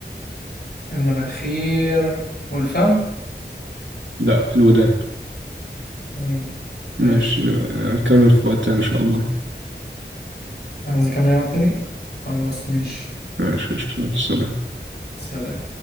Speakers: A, on the left; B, on the right.
A: المناخير والفم
B: لا الودان
A: مم.
B: ماشي
A: ماشي
B: نبقى نكمل في وقت تاني ان شاء الله
A: عايز اكمل العب تاني خلاص ماشي
B: ماشي قشطة. يلا، سلام
A: سلام